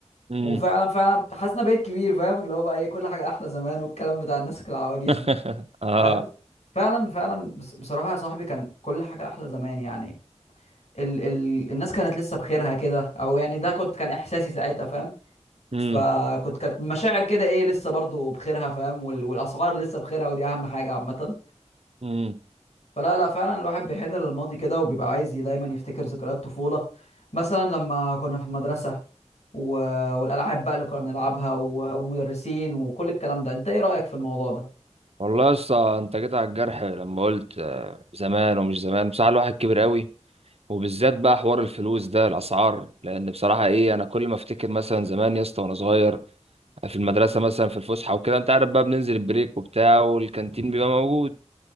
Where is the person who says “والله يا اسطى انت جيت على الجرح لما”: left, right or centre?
Right